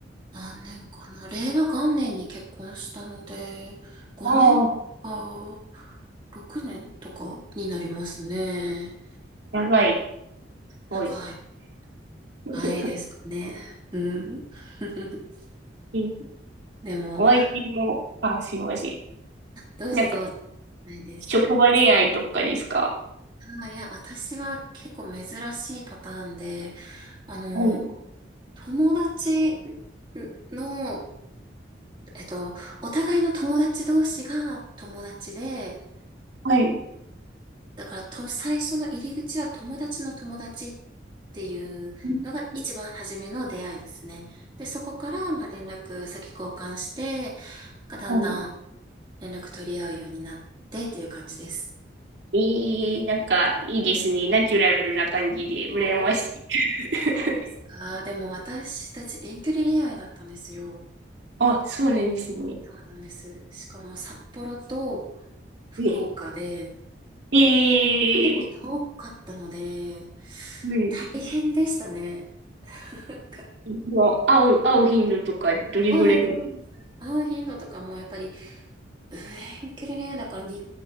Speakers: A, on the right (about 25°); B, on the right (about 65°).
A: 何年かな。令和元年に結婚したので、5年か、
B: ああ、
A: 6年とかになりますね。
B: 長い。すごい。
A: 長い、
B: <laughs>
A: 長いですかね。うん。<laughs>
B: え
A: でも、
B: お相手も、あ、すいません。
A: どうぞどうぞ。
B: なんか、
A: ないです。
B: 職場恋愛とかですか
A: あ、いや、私は結構珍しいパターンで、あの、
B: はい、
A: 友達の、えっと、お互いの友達同士が友達で、
B: はい。
A: だからと、最初の入り口は友達の友達っていうのが一番初めの出会いですね。
B: うん
A: で、そこから、まあ、連絡先交換して、なんかだんだん
B: はい。
A: 連絡取り合うようになってっていう感じです。
B: えー、なんか、いいですね。ナチュラルな感じで、
A: おー、
B: 羨ましい。<laughs>
A: そうですか。でも私たち遠距離恋愛だったんですよ。
B: あ、そうなんですね。
A: そうなんです。しかも札幌と福岡で
B: <laughs> え、えー、
A: 結構遠かったので、
B: はい
A: 大変でしたね。<laughs> なんか
B: もう、会う、会う頻度とか、どれぐらいだっけ
A: そうです、そうですね。会う頻度とかもやっぱり、うん遠距離恋愛だからに、